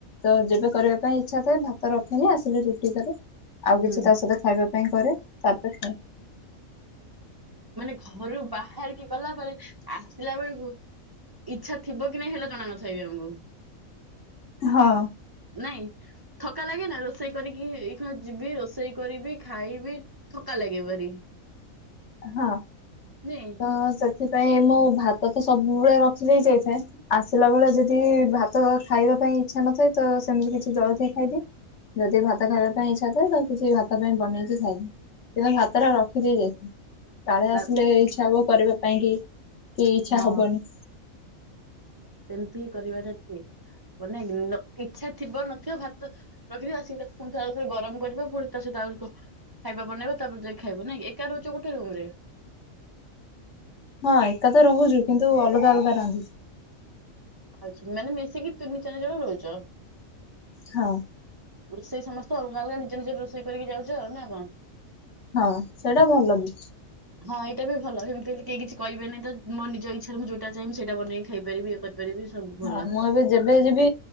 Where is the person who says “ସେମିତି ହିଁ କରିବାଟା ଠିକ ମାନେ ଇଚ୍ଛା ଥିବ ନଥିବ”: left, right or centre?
Right